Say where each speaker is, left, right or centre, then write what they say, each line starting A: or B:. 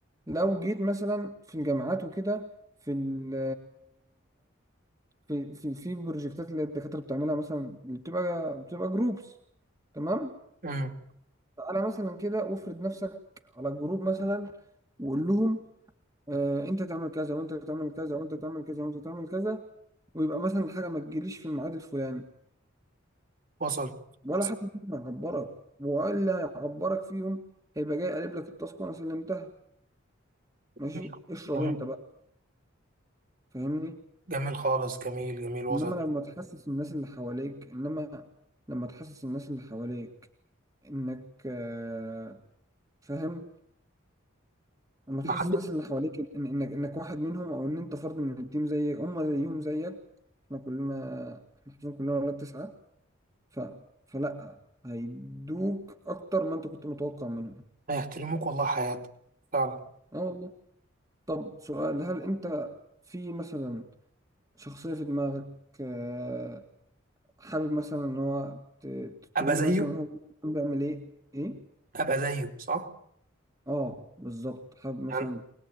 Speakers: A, on the right; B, on the right.
A: لو جيت مثلا في الجامعات وكده في ال في في في بروجكتات اللي الدكاترة بتعملها مثلا اللي بتبقى بتبقى جروبس تمام
B: امم
A: تعالى مثلا كده وافرض نفسك على الجروب مثلا وقول لهم آه انت تعمل كذا وانت تعمل كذا وانت تعمل كذا وانت تعمل كذا ويبقى مثلا الحاجة ما تجيليش في الميعاد الفلاني
B: وصل
A: ولا
B: وصل
A: حد فيهم هيعبرك وإلا هيعبرك فيهم هيبقى جاي قالب لك التاسك وأنا سلمتها
B: جميل
A: ماشي اشرب
B: جميل
A: أنت بقى فاهمني
B: جميل خالص جميل جميل وصل
A: إنما لما تحسس الناس اللي حواليك إنما لما تحسس الناس اللي حواليك إنك آه، فاهم لما
B: ما
A: تحسس
B: حد
A: الناس اللي حواليك إن إنك إنك واحد منهم أو إن أنت فرد من التيم زي هم زيهم زيك إحنا كلنا إحنا حرفيا كلنا ولاد تسعة ف... فلأ هيدوك أكتر ما أنت كنت متوقع منهم
B: هيحترموك والله حياتك فعلا
A: اه والله طب سؤال هل انت في مثلا شخصية في دماغك آه، حابب مثلا ان هو ت- ت-
B: ابقى
A: تقول
B: زيه
A: لي مثلا هو بيعمل ايه ايه
B: ابقى زيه صح
A: اه بالظبط حابب مثلا
B: يعني